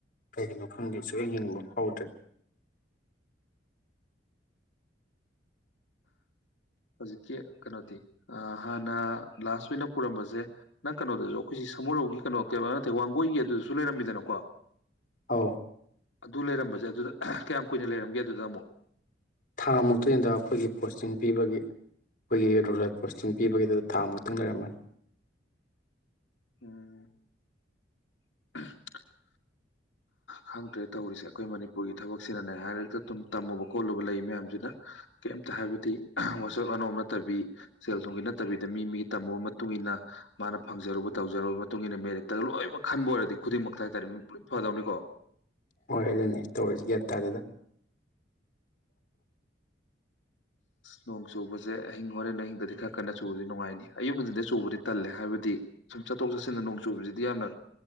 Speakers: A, on the left; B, on the left.
A: ꯀꯩꯒꯤꯅꯣ ꯈꯪꯗꯦ ꯁꯨꯡ ꯌꯦꯡꯅꯤꯡꯕ ꯐꯥꯎꯗ꯭ꯔꯦ
B: ꯍꯧꯖꯤꯛꯀꯤ ꯀꯩꯅꯣꯗꯤ ꯍꯥꯟꯅ ꯂꯥꯁ ꯑꯣꯏꯅ ꯄꯨꯔꯝꯕꯁꯦ ꯅꯪ ꯀꯩꯅꯣꯗꯁꯨ ꯑꯩꯈꯣꯏꯁꯤ ꯁꯃꯨꯔꯧꯒꯤ ꯀꯩꯅꯣ ꯀ ꯅꯠꯇꯦ ꯋꯥꯡꯒꯣꯏꯒꯤ ꯑꯗꯨꯗꯁꯨ ꯂꯩꯔꯝꯃꯤꯗꯅꯀꯣ
A: ꯑꯥꯎ
B: ꯑꯗꯨ ꯂꯩꯔꯝꯕꯁꯦ ꯑꯗꯨꯗ ꯀꯌꯥꯝ ꯀꯨꯏꯅ ꯂꯩꯔꯝꯒꯦ ꯑꯗꯨꯗ ꯑꯃꯨꯛ
A: ꯊꯥ ꯃꯨꯛꯇꯗ ꯑꯩꯈꯣꯏꯒꯤ ꯄꯣꯁꯇꯤꯡ ꯄꯤꯕꯒꯤ ꯑꯩꯈꯣꯏꯒꯤ ꯔꯨꯠ ꯄꯣꯁꯇꯤꯡ ꯄꯤꯕꯒꯤꯗꯨ ꯊꯥ ꯃꯨꯛꯇꯪ ꯂꯩꯔꯝꯃꯅꯤ
B: ꯎꯝ <inaudible> <inaudible> ꯈꯪꯗ꯭ꯔꯦ ꯇꯧꯔꯤꯁꯦ ꯑꯩꯈꯣꯏ ꯃꯅꯤꯄꯨꯔꯒꯤ ꯊꯕꯛꯁꯤꯅꯅꯦ ꯍꯥꯏꯔꯛꯇ ꯑꯗꯨꯨꯝ ꯇꯝꯃꯨꯕ ꯈꯣꯠꯂꯨꯕ ꯂꯩ ꯃꯌꯥꯝꯁꯤꯅ ꯀꯩꯝꯇ ꯍꯥꯏꯕꯗꯤ ꯋꯥꯆꯣꯠ ꯑꯅꯣꯝ ꯅꯠꯇꯕꯤ ꯁꯦꯜ ꯊꯨꯝꯒꯤ ꯅꯠꯇꯕꯤꯗ ꯃꯤ ꯃꯤꯒꯤ ꯇꯝꯃꯨꯕ ꯃꯇꯨꯡ ꯏꯟꯅ ꯃꯥꯅ ꯐꯪꯖꯔꯨꯕ ꯇꯧꯖꯔꯨꯕ ꯃꯇꯨꯡ ꯏꯟꯅ ꯃꯦꯔꯤꯠꯇꯒ ꯂꯣꯏꯅꯃꯛ ꯈꯟꯕ ꯑꯣꯏꯔꯗꯤ ꯈꯨꯗꯤꯡꯃꯛꯇ ꯍꯥꯏꯇꯥꯔꯦ ꯃꯤ ꯂꯣꯏ ꯐꯗꯧꯅꯤꯀꯣ
A: ꯑꯣꯏ ꯑꯗꯨꯅꯦ ꯇꯧꯔꯤꯒ꯭ ꯇꯥꯗꯗ
B: ꯅꯣꯡ ꯆꯨꯕꯁꯦ ꯑꯍꯤꯡ ꯍꯣꯔꯦꯟ ꯅꯍꯤꯡ ꯑꯗꯤ ꯈꯔ ꯀꯟꯅ ꯁꯨꯕꯁꯤꯗꯤ ꯅꯨꯡꯉꯥꯏꯅꯤ ꯑꯌꯨꯛꯅꯨꯡꯁꯤꯟꯗ ꯆꯨꯕꯗꯤ ꯇꯜꯂꯦ ꯍꯥꯏꯕꯗꯤ ꯁꯨꯝ ꯆꯠꯊꯣꯛ ꯆꯠꯁꯤꯟꯗ ꯅꯣꯡ ꯆꯨꯕꯁꯤꯗꯤ ꯌꯥꯝꯅ